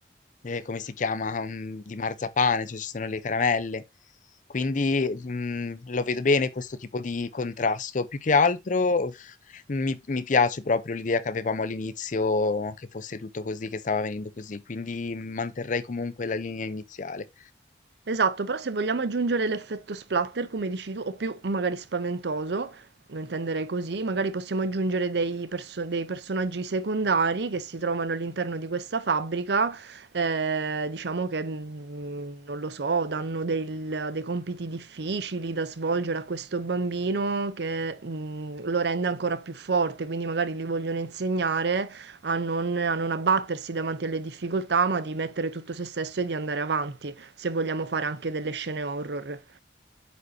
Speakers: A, on the left; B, on the right.
A: eh, come si chiama, mm, di marzapane, cioè ci sono le caramelle. Quindi mm, lo vedo bene questo tipo di contrasto. Più che altro uff, mi, mi piace proprio l'idea che avevamo all'inizio, che fosse tutto così, che stava venendo così. Quindi manterrei comunque la linea iniziale.
B: Esatto, però se vogliamo aggiungere l'effetto splatter, come dici tu, o più magari spaventoso, lo intenderei così, magari possiamo aggiungere dei, perso- dei personaggi secondari che si trovano all'interno di questa fabbrica, eh, diciamo che, mm, non lo so, danno del- dei compiti difficili da svolgere a questo bambino che, mm, lo rende ancora più forte, quindi magari gli vogliono insegnare a non a non abbattersi davanti alle difficoltà, ma di mettere tutto se stesso e di andare avanti se vogliamo fare anche delle scene horror.